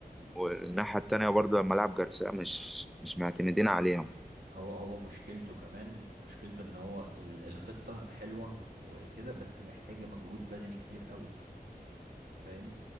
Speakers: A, in the centre; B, on the right.
A: والناحية التانية برضو لما لعب جارسيا مش مش معتمدين عليهم
B: هو هو مشكلته كمان مشكلته ان هو ال- الخطة حلوة وكده بس محتاجة مجهود بدني كبير قوي فاهم